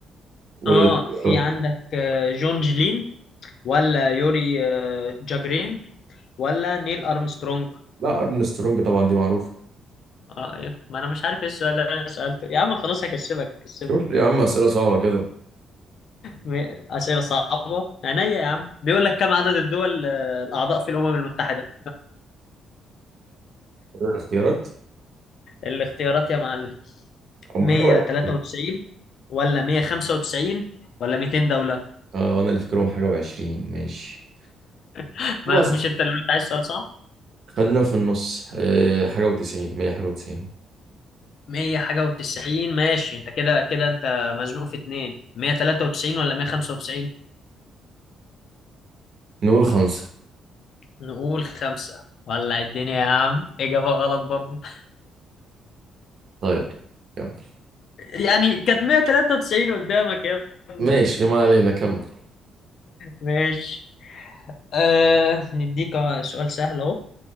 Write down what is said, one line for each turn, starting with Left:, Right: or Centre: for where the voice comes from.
Right: قول
Left: آه
Right: الاختيارات
Left: في عندك آه جون جلين ولا يوري آه جاجرين ولا نيل أرمسترونج
Right: لا ارن سترونج طبعا دي معروفه
Left: آه إيه؟ ما أنا مش عارف إيه السؤال اللي أنا سألته يا عم خلاص هكسبك هكسبك
Right: شوف لي يا عم اسئله صعبه كده
Left: م- أسئلة صعبة عينيا يا عم بيقول لك كم عدد الدول آه الأعضاء في الأمم المتحدة
Right: قول الاختيارات
Left: الاختيارات يا معلم
Right: هم
Left: 193
Right: حاجه وعشرين
Left: ولا 195 ولا 200 دولة
Right: اه وانا اللي فاكرهم حاجه وعشرين ماشي
Left: <laughs>
Right: خلاص،
Left: ما مش انت اللي انت عايز سؤال صعب
Right: خلينا في النص آه، حاجة وتسعين مية حاجة وتسعين
Left: 100 حاجة و90 ماشي انت كده كده انت مزنوق في اتنين 193 ولا 195
Right: نقول خمسة
Left: نقول خمسة ولع الدنيا يا عم إجابة غلط برضو
Right: طيب كمل
Left: يعني كانت 193 قدامك يا ابني
Right: ماشي ما علينا كمل
Left: ماشي آه نديك سؤال سهل اهو